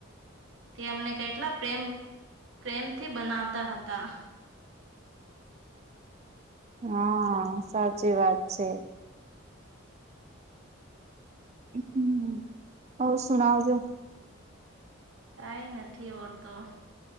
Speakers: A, on the right; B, on the right.
A: તે એમના કેટલા પ્રેમ-પ્રેમથી બનાવતા હતા.
B: હા, સાચી વાત છે. હમ્મ. ઔર સુનાવજો.
A: કાઈ નથી ઔરતો.